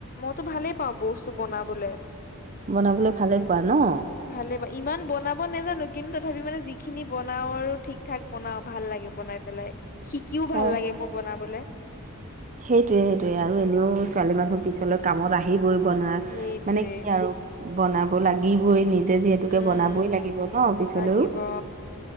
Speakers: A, on the left; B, on the right.
A: মইতো ভালে পাওঁ বস্তু বনাবলে।
B: বনাবলৈ ভালেই পোৱা ন?
A: ভালেই বা ইমান বনাব নোজানো, কিন্তু মানে যিখিনি বনাও আৰু ঠিক-ঠাক বনাও। ভাল লাগে বনাই পেলাই শিকিও ভাল
B: অঁ
A: লাগে মোৰ বনাবলে।
B: সেইটোৱে, সেইটোৱে, আৰু এনেও ছোৱালী মানুহ পিছলৈ কামত আহিবই, বনা
A: সেইটোৱে
B: মানে কি আৰু বনাব লাগিবই নিজ জে যিহেতু
A: উম
B: বনাবই লাগিব ন পিছলৈও।
A: লাগিব অ